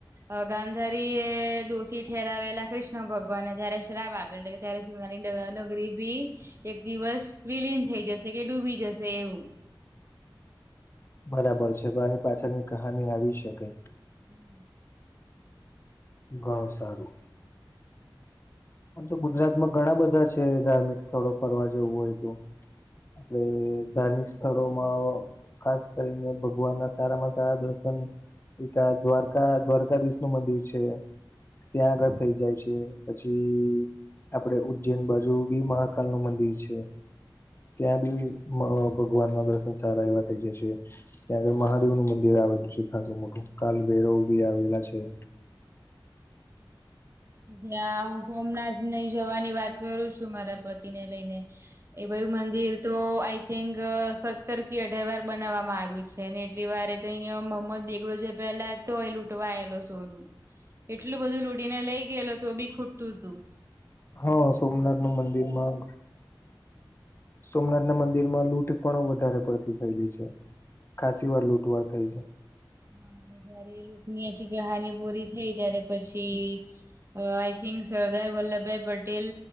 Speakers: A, on the right; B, on the left.
A: અ ગાંધારી એ દોષી. ઠેરાવેલા કૃષ્ણ ભગવાનને જય્યારે શ્રાપ આપેલો ત્યારે સુનાની ડગરી બી. એક દિવસ વિલીન થઈ જશે કે ડૂબી જશે એવું.
B: બરાબર છે તો આની પાછળની કહાની આવી શકે.
A: હમ.
B: ગ સારું. આમ તો ગુજરાત માં ઘણા બધા છે ધાર્મિક સ્થળો ફરવા જવું હોય તો. આપડ ધાર્મિક
A: ઘણા બધા
B: સ્થળોમાં.
A: એવા
B: ખાસ કરીને ભગવાન ના સારામાં સારા દર્શન. એક આ દ્વારકા દ્વારકાધીશ નું મંદિર છે ત્યાં આગળ થઇ જાય છે પછી. આપડે ઉજ્જૈન બાજુ બી મહાકાલ નું મંદિર છે. ક્યાં બી ભગવાન ના દર્શન સારા એવા થઈ જશે. ત્યારે મહાદેવ નું મંદિર આવેલું છે ખાસું મોટું કાલભૈરવ બી આવેલા છે.
A: જ હું સોમનાથ નઈ જવાની વાત કરું છું મારા પતિને લઈને. એ બય મંદિર તો આઈ થિક સત્તર કે અઢાર વાર બનાવવામાં આવ્યું છે. ને એટલી વારે તો અહં મમ્મ જ દ બેગડો છે પેલા તોય લૂટવાયેલો સોનું. એટલું બધું લૂડીને લઈ ગયેલું હતું અ બી ખૂટતું હતું.
B: હા સોમનાથ નું મંદિરમાં. સોમનાથ ના મંદિર માં લૂંટ પણ વધારે પડતી થયેલી છે. કાશી વાર લૂટવાર થઈ છે.
A: હા જયારે લૂકની આખી કહાની પૂરી થઈ ત્યારે પછી. આઈ થિંક સરદાર વલ્લભભાઈ પટેલ